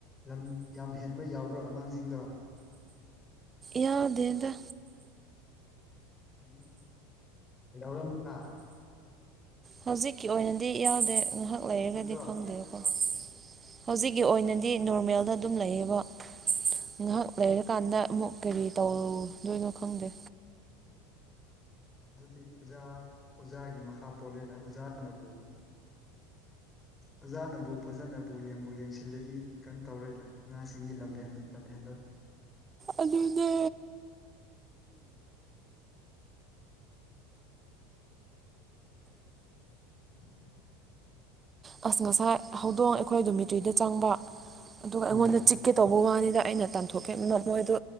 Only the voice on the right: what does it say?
ꯌꯥꯎ ꯗꯦꯗ
ꯍꯧꯖꯤꯛꯀꯤ ꯑꯣꯏꯅꯗꯤ ꯌꯥꯎꯗꯦ ꯉꯥꯏꯍꯥꯛ ꯂꯩꯔꯒꯗꯤ
ꯈꯪꯗꯦꯀꯣ
ꯍꯧꯖꯤꯛꯀꯤꯑꯣꯏꯅꯗꯤ ꯅꯣꯔꯃꯦꯜꯗꯑꯗꯨꯝ ꯂꯩꯌꯦꯕ ꯉꯥꯏꯍꯥꯛ ꯂꯩꯔꯀꯥꯟꯗ ꯑꯃꯨꯛ ꯀꯔꯤ ꯇꯧꯑꯧ ꯗꯣꯏꯅꯣ ꯈꯪꯗꯦ
ꯑꯥꯗꯨꯅꯦ
ꯑꯥꯁ ꯉꯁꯥꯏ ꯍꯧꯗꯣꯡ ꯑꯩꯈꯣꯏ ꯗꯣꯃꯤꯇ꯭ꯔꯤꯗ ꯆꯪꯕ ꯑꯗꯨꯒ ꯑꯩꯉꯣꯟꯗ
ꯆꯤꯛꯀꯦ ꯇꯧꯕ ꯋꯥꯅꯤ ꯗꯥ ꯑꯩꯅ ꯇꯥꯟꯊꯣꯛꯀꯦꯅ ꯃꯣꯏꯗꯣ